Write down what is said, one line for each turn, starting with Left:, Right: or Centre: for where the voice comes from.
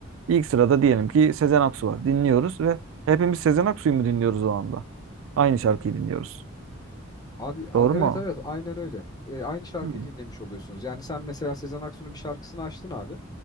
Right: İlk sırada diyelim ki Sezen Aksu var. Dinliyoruz ve hepimiz Sezen Aksu'yu mu dinliyoruz o anda? Aynı şarkıyı dinliyoruz.
Left: Abi a-
Right: Doğru
Left: evet
Right: mu?
Left: evet aynen öyle. E, aynı şarkıyı
Right: Hı,
Left: dinlemiş oluyorsunuz. Yani sen mesela Sezen Aksu'nun bir şarkısını açtın abi.